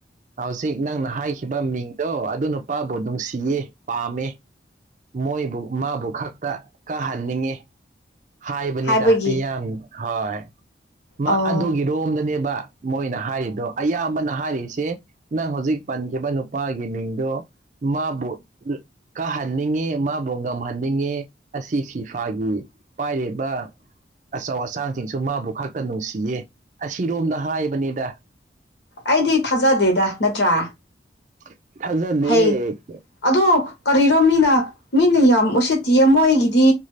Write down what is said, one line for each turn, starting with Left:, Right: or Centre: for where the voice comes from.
Right: ꯍꯧꯖꯤꯛ ꯅꯪꯅ ꯍꯥꯏꯈꯤꯕ ꯃꯤꯡꯗꯣ ꯑꯗꯨ ꯅꯨꯄꯥꯕꯨ ꯅꯨꯡꯁꯤꯌꯦ ꯄꯥꯝꯃꯦ ꯃꯣꯏꯕꯨ ꯃꯥꯕꯨ ꯈꯛꯇ ꯀꯥꯍꯟꯅꯤꯡꯉꯦ ꯍꯥꯏꯕꯅꯤꯗ
Left: ꯍꯥꯏꯕꯒꯤ
Right: ꯃꯤꯌꯥꯝꯡ ꯍꯣꯏ ꯃꯥ
Left: ꯑꯣ
Right: ꯑꯗꯨꯒꯤ ꯔꯣꯝꯗꯅꯦꯕ ꯃꯣꯏꯅ ꯍꯥꯏꯔꯤꯗꯣ ꯑꯌꯥꯝꯕꯅ ꯍꯥꯏꯔꯤꯁꯦ ꯅꯪ ꯍꯧꯖꯤꯛ ꯄꯟꯈꯤꯕ ꯅꯨꯄꯥꯒꯤ ꯃꯤꯡꯗꯣ ꯃꯥꯕꯨ ꯀꯥꯍꯟꯅꯤꯡꯉꯦ ꯃꯥꯕꯨ ꯉꯝꯍꯟꯅꯤꯡꯉꯦ ꯑꯁꯤ ꯐꯤꯐꯥꯒꯤ ꯄꯥꯏꯔꯤꯕ ꯑꯆꯧ ꯑꯆꯥꯡꯁꯤꯡꯁꯨ ꯃꯥꯕꯨ ꯈꯛꯇ ꯅꯨꯡꯁꯤꯌꯦ ꯑꯁꯤꯔꯣꯝꯗ ꯍꯥꯏꯕꯅꯤꯗ
Left: ꯑꯩꯗꯤ ꯊꯥꯖꯗꯦꯗ ꯅꯠꯇ꯭ꯔꯥ
Right: <unintelligible> ꯊꯥꯖꯗꯦ
Left: ꯍꯩ ꯑꯗꯣ ꯀꯔꯤꯔꯣ ꯃꯤꯅ ꯃꯤꯅ ꯌꯥꯝ ꯎꯁꯤꯠꯇꯤꯌꯦ ꯃꯣꯏꯒꯤꯗꯤ